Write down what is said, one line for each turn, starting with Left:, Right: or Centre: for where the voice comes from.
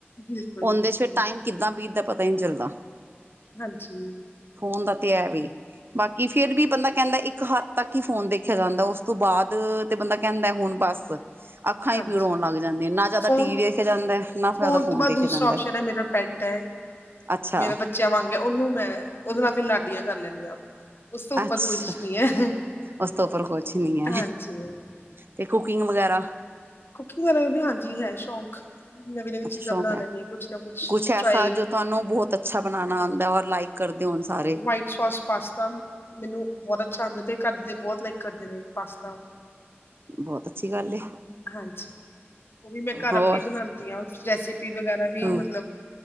Left: ਬਿਲਕੁਲ-ਬਿਲਕੁਲ,
Right: ਉਹਦੇ ਚ ਫਿਰ ਟਾਈਮ ਕਿੱਦਾਂ ਬੀਤਦਾ ਪਤਾ ਹੀ ਨਹੀਂ ਚੱਲਦਾ।
Left: ਹਾਂਜੀ,
Right: ਫੋਨ ਦਾ ਤੇ ਹੈ ਵੀ ਬਾਕੀ ਫਿਰ ਵੀ ਬੰਦਾ ਕਹਿੰਦਾ ਇੱਕ ਹੱਦ ਤੱਕ ਹੀ ਫੋਨ ਦੇਖਿਆ ਜਾਂਦਾ ਉਸ ਤੋਂ ਬਾਅਦ, ਤੇ ਬੰਦਾ ਕਹਿੰਦਾ ਹੁਣ ਬਸ ਅੱਖਾਂ ਹੀ
Left: ਹਾਂਜੀ-ਹਾਂਜੀ,
Right: ਪੀੜ ਹੋਣ ਲੱਗ ਜਾਂਦੀਆਂ ਨਾ ਜਿਆਦਾ
Left: ਫੋਨ
Right: ਟੀ ਵੀ ਵੇਖਿਆ ਜਾਂਦਾ ਨਾ, ਜ਼ਿਆਦਾ
Left: ਫੋਨ ਤੋਂ ਬਾਅਦ
Right: ਦੇਖਿਆ
Left: ਦੂਸਰਾ
Right: ਜਾਂਦਾ
Left: ਔਪਸ਼ਨ ਹੈ ਮੇਰਾ ਪੈਟ ਹੈ।
Right: ਅੱਛਾ
Left: ਮੇਰੇ ਬੱਚਿਆਂ ਵਾਂਗ ਉਹਨੂੰ ਮੈਂ ਉਹਦੇ ਨਾਲ ਫਿਰ ਲਾਡੀਆਂ ਕਰ ਲੈਦੀ ਆ। ਉਸ ਤੋਂ ਉੱਪਰ
Right: ਅੱਛਾ
Left: ਕੁਛ ਨੀ ਹੈ
Right: ਉਸ ਤੋਂ ਉੱਪਰ ਕੁਛ ਨਹੀਂ ਹੈ
Left: ਹਾਂਜੀ
Right: ਤੇ ਕੁਕਿੰਗ ਵਗੈਰਾ
Left: ਕੁਕਿੰਗ ਦਾ ਹਾਂਜੀ ਹੈ ਸ਼ੌਕ ਨਵੀਂ-ਨਵੀਂ
Right: ਅੱਛਾ
Left: ਚੀਜ਼ਾਂ
Right: ਸ਼ੌਕ
Left: ਬਣਾ
Right: ਹੈ
Left: ਲੈਂਦੀ ਹਾਂ ਕੁਛ ਨਾ
Right: ਕੁਛ ਐਸਾ
Left: ਟਰਾਈ
Right: ਜੋ ਤੁਹਾਨੂੰ ਬਹੁਤ ਅੱਛਾ ਬਣਾਉਣਾ ਆਉਂਦਾ ਔਰ ਲਾਈਕ ਕਰਦੇ ਹੋਣ ਸਾਰੇ
Left: ਵਾਇਟ ਸੋਸ ਪਾਸਤਾ ਮੈਨੂੰ ਬਹੁਤ ਅੱਛਾ <unintelligible> ਘਰ ਦੇ ਹੁਤ ਲਾਈਕ ਕਰਦੇ ਨੇ ਪਾਸਤਾ
Right: ਬਹੁਤ ਅੱਛੀ ਗੱਲ ਏ
Left: ਹਾਂਜੀ ਉਹ ਵੀ ਮੈਂ ਘਰ
Right: ਹੋਰ
Left: ਆਪੇ ਹੀ ਬਣਾਉਂਦੀ ਹਾਂ ਉਸ ਰੈਸਪੀ ਵਗੈਰਾ ਵੀ
Right: ਹਮ
Left: ਮਤਲਬ